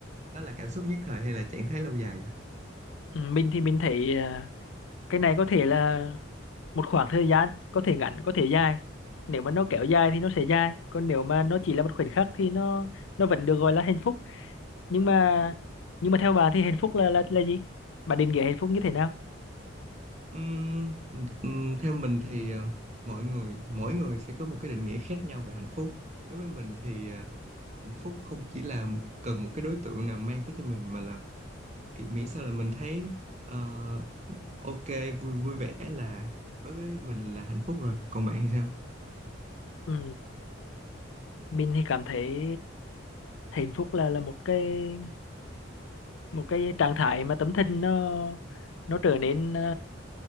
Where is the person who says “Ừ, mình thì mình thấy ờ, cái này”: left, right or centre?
Left